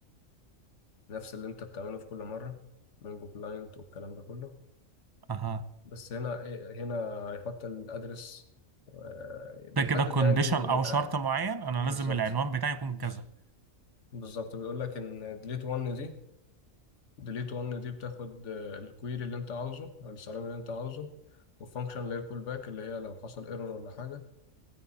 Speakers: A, on the left (about 65°); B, on the right (about 25°).
A: نفس اللي انت بتعمله في كل مرة من جو كلاينت والكلام ده كله
B: أها
A: بس هنا إيه، هنا هيحط الأدرس آه، بيحدد
B: ده كده كونديشن
A: يعني
B: أو
A: إن الأ-
B: شرط معين أنا
A: بالظبط
B: لازم العنوان بتاعي يكون
A: بص-
B: كذا
A: بالظبط بيقول لك إن delete one دي delete one دي بتاخد آه، الكويري اللي أنت عاوزه أو السلام اللي أنت عاوزه والفانكشن اللي هي الكول باك اللي هي لو حصل ايرور ولا حاجة